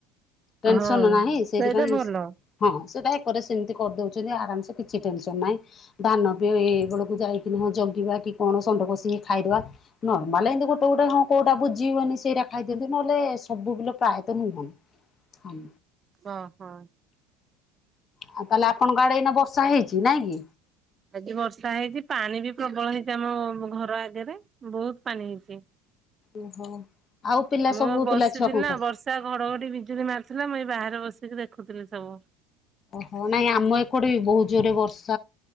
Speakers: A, on the left; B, on the right.
A: ତେନସନ୍
B: ହଁ
A: ନାହିଁ ସେଇଥିପାଇଁ
B: ସେଇଟା ଭଲ।
A: ହଁ ସେଟା ସେମିତି କରିଦୋଉଚନ୍ତି ଆରାମସ କିଛି ଟେନସନ ନାହିଁ ଧାନ ବି ଏଇ ବେଳକୁ ଯାଇକି ହଁ ଜଗିବା କି କଣ ଷଣ୍ଢ ପଶି କି ଖାଇଦବା ନର୍ମାଲ ଏମିତୀ ଗୋଟେ ଗୋଟ ହଁ କୋଉଟା ବୁଜୀବନୀ ସେଇଟା ଖାଇଦିଅନ୍ତି ନହଲେ ସବୁ ବିଲ ପ୍ରାୟେ ତ ନୁହଁ ହଁ।
B: ଅହଁ।
A: ଆଉ ତାହେଲେ ଆପଣଙ୍କ ଆଡେ ଏଇନା ବର୍ଷା ହେଇଚି ନାଇଁ କି
B: ଆଜି ବର୍ଷା ହେଇଚି ପାଣି ବି ପ୍ରବଳ ହେଇଚି ଆମ ଘର ଆଗରେ ବହୁତ ପାଣି ହେଇଚି।
A: ଓହୋ। ଆଉ ପିଲା
B: ମୁଁ
A: ସବୁ
B: ବସିଥିଲା
A: ପିଲା ଛୁଆ କଣ କରୁଛନ୍ତି?
B: ବର୍ଷା ଘଡଘଡି ବିଜୁଳି ମାରିଥିଲା ମୁଁ ଏଇ ବାହାରେ ବସିକି ଦେଖି ଦେଖୁଥିଲି ସବୁ।
A: ଓହୋ ନାଇଁ ଆମ ଏକୁଟେ ବି ବହୁତ ଜୋରେ ବର୍ଷ